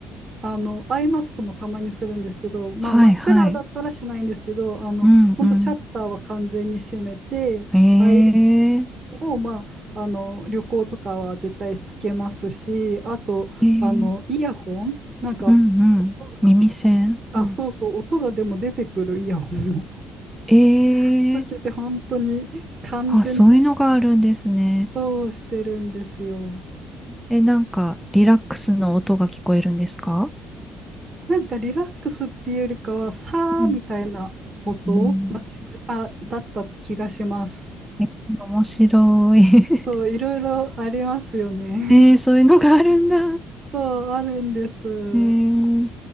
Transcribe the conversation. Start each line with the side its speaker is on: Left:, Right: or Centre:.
Right: あの、アイマスクもたまにするんですけど、まあ、
Centre: はい、
Right: 真っ暗だったらしないんですけど、
Centre: はい。
Right: あの、
Centre: うん、
Right: 本当シャッターは完全に閉めて、
Centre: うん。ええ、
Right: アイも、まあ、あの、旅行とかは絶対つけますし、あと、
Centre: ええ、
Right: あの、イヤホン、なんか、
Centre: うん、うん。
Right: 音が、
Centre: 耳栓。
Right: あ、
Centre: うん。
Right: そうそう、音がでも出てくるイヤホンを
Centre: え
Right: <laughs> つけて、
Centre: え、
Right: 本当に完全体
Centre: あ、そういうのがあるんですね。
Right: 操をしてるんですよ。
Centre: え、なんか、リラックスの音が聞こえるんですか
Right: なんかリラックスっていうよりかは、さーみたいな音らしく、
Centre: うん。うん
Right: あ、だった気がします。
Centre: え面白い。
Right: そう、
Centre: <laughs>
Right: いろいろありますよね。
Centre: えーそういうのがあるんだ。
Right: <laughs> そう、あるんです。
Centre: えー